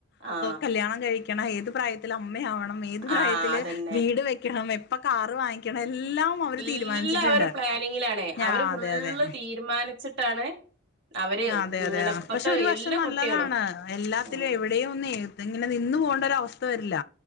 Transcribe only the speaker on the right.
ആ
ആ അതന്നെ
എല്ലാം
അവര് പ്ലാനിങ്ങിലാണെ അവര്
ഫുള്ള്
തീരുമാനിച്ചിട്ടാണ് അവര്
ഇങ്ങനെ
ഇപ്പത്തെ
എല്ലാ
കുട്ടികളും
ഉം